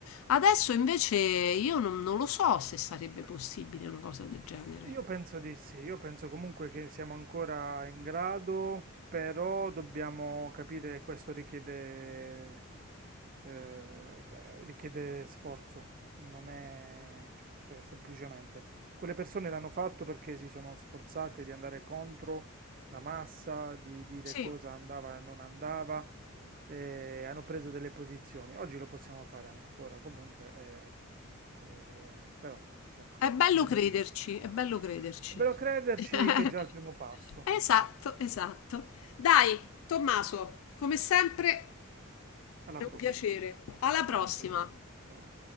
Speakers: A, on the left (about 65°); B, on the right (about 40°).
A: Adesso invece io non, non lo so se sarebbe possibile una cosa del genere.
B: Io penso di sì, io penso comunque che siamo ancora in grado, però dobbiamo capire che questo richiede, eh, richiede sforzo, non è cioè, semplicemente. Quelle persone l'hanno fatto perché si sono sforzate di andare contro la massa, di dire
A: Sì,
B: cosa andava e non andava, e hanno preso delle posizioni. Oggi lo possiamo fare ancora comunque, eh, eh, però insomma.
A: è bello
B: Democrazia.
A: crederci, è bello crederci.
B: È bello crederci
A: <laughs>
B: che è già il primo passo.
A: Esatto, esatto. Dai, Tommaso, come sempre
B: Alla
A: è
B: prossima.
A: un piacere. Alla prossima.
B: Anche per me. Ciao.